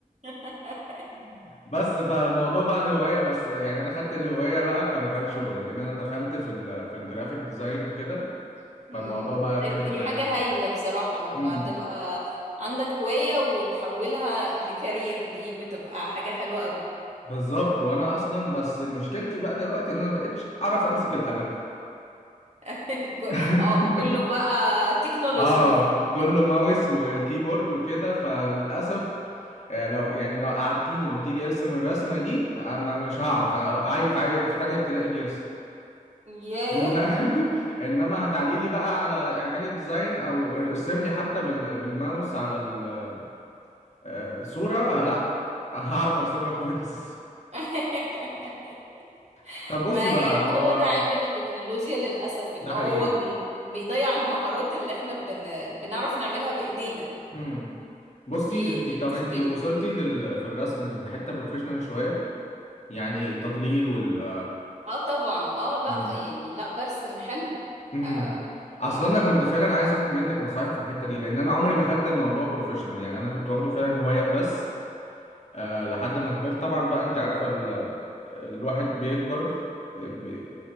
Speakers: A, on the right (about 50°); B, on the left (about 50°).
A: <laughs>
B: <laughs> بس فالموضوع بقى الهوايه بس يعني انا خدت الهوايه بقى كمجال شغل لان انا دخلت في ال... في الجرافيك ديزاين وكده
A: امم
B: فالموضوع بقى كبر
A: طيب دي
B: معايا
A: حاجة
B: شويه
A: هايلة بصراحة لما
B: امم.
A: تبقى عندك هواية وتحولها لكارير دي بتبقى حاجة حلوة قوي
B: بالظبط وانا اصلا بس مشكلتي بقى دلوقتي ان انا مبقتش اعرف امسك القلم
A: <laughs> ك-
B: <laughs>
A: اه كله بقى تكنولوجي
B: اه
A: ما فيه
B: كله ماوس وكيبورد وكده فللاسف آه، لو يعني لو قعدتيني قلت لي ارسم الرسمه دي آه، ما مش هعرف آه، عيل في عي- في تانية ابتدائي بيرسم
A: ياه
B: إن... <laughs> انما هتعلي لي بقى على اعملي ديزاين او ارسم لي حتى بال... بالماوس على ال- آه، الصوره آه لا <laughs> هعرف ارسمها كويس
A: <laughs>
B: <laughs> طب بصي
A: ما
B: بقى
A: هي
B: هو
A: هو ده عيب التكنولوجيا للأسف ان
B: ده
A: هو
B: حقيقي
A: بي... بيضيع المهارات اللي احنا بن... بنعرف نعملها بإيدينا
B: مم. بصي
A: دي
B: انت
A: دي
B: طب
A: مشكلة
B: انت وصلتي لل... في الرسم لحته بروفيشنال شويه يعني التضليل وال
A: اه طبعا اه لا
B: امم
A: يعني لا برسم حلو
B: امم
A: آه يعني
B: اصلا انا كنت فعلا عايز اخد منك نصايح في الحته دي لان انا عمري ما خدت الموضوع بروفيشنال يعني انا كنت واخده فعلا هوايه بس أه لحد ما كبرت طبعا بقى انت عارفه ال... الواحد بيكبر ب... ب...